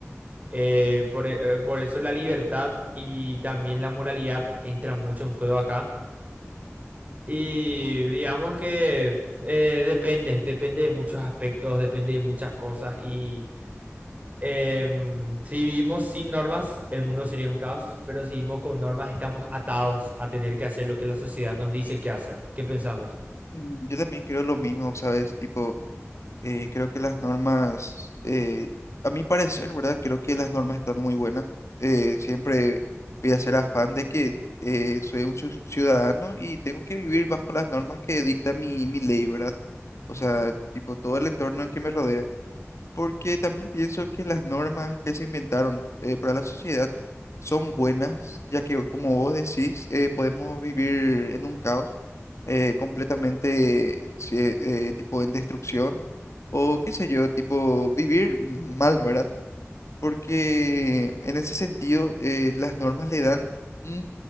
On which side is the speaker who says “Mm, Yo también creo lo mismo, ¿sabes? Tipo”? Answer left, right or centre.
Left